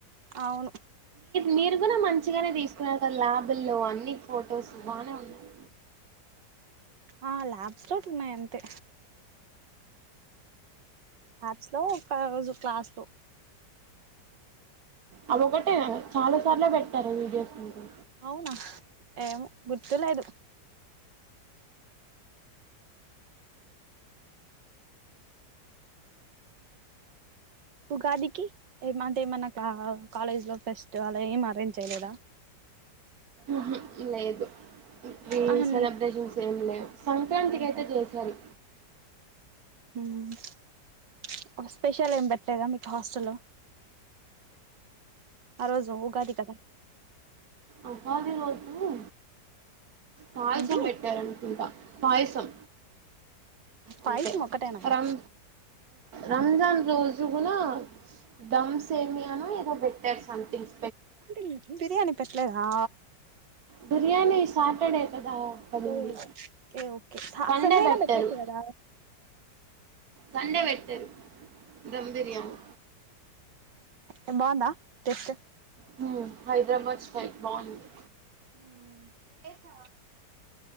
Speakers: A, on the right; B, on the right.
A: అవును
B: మీరు కూడా మంచిగానే తీసుకున్నారు కదా ల్యాబుల్లో అన్ని ఫొటోస్ బాగా ఉన్నాయి
A: ఆ ల్యాబ్స్ లో ఉన్నాయి అంతే యాప్స్ లో ఒక రోజు క్లాస్ లో
B: అ ఒకటే చాలా సార్లు పెట్టారు వీడియోస్ మీరు
A: అవునా ఏమో గుర్తులేదు ఉగాదికి ఏమంటే ఏమన్నా కా కాలేజ్ లో ఫస్ట్ ఆలా ఎం అరేంజ్ చేయలేదా
B: ఉహు లేదు ఇప్పుడు
A: ఆహా
B: సెలబ్రేషన్స్ ఏమి లేవు సంక్రాంతికి
A: ఏం
B: అయితే చేసారు
A: మ్మ్ స్పెషల్ ఏం పెట్టలేదా మీకు హాస్టల్లో ఆ రోజు ఉగాది కదా
B: ఉప్మా తిని వచ్చింది పాయసం
A: ఏంటి
B: పెట్టారనుకుంటా పాయసం అంతే
A: పాయసం ఒకటేనమ్మా
B: రం రంజాన్ రోజు కూడా దమ్ సేమను ఏదో పెటర్ సొమెథింగ్
A: అంటే బిర్యానీ పెట్టలేదా
B: బిర్యానీ సాటర్డే కదా పడింది
A: ఓకే ఓకే
B: సండే
A: అయినా
B: పెట్టారు
A: పెట్టచ్చు కదా
B: సండే పెట్టిర్రూ దమ్ బిర్యానీ
A: ఉమ్ బాగుందా టేస్ట్
B: హుం హైదరాబాద్ స్టైల్ బాగుంది
A: మ్మ్ మీరు చేస్తారా